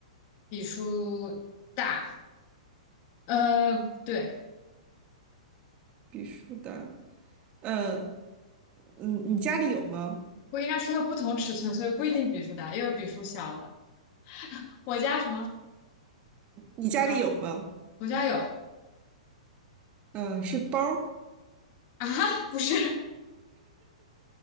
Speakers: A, on the left (about 40°); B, on the right (about 30°).
A: 比书大。呃，对。
B: 比书大。嗯嗯，你家里有吗？
A: 不应该是它不同尺寸，所以不一定笔数大，也有笔数小的。我家什么？
B: 你家里有吗？
A: 你看，我家有
B: 嗯，是包儿，
A: 啊，不是，